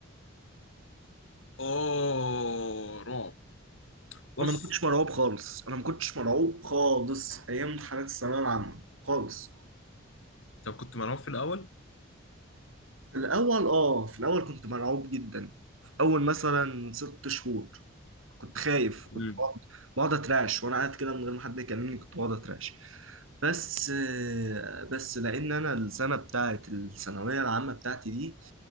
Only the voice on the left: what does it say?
أوه رعب بص
طب كنت مرعوب في الأول
امم